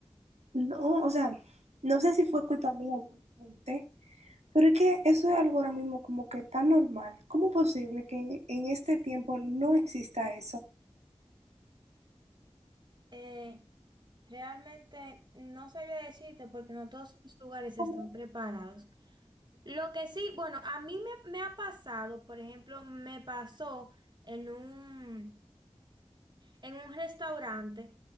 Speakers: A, on the right; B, on the right.
A: No, o sea, no sé si fue culpa mía, ¿eh? pero es que eso es algo ahora mismo como que tan normal. ¿Cómo es posible que en, en este tiempo no exista eso?
B: Eh, realmente no sabría decirte porque no todos los lugares
A: ¿Cómo?
B: están preparados. Lo que sí, bueno, a mí me, me ha pasado, por ejemplo, me pasó en un... en un restaurante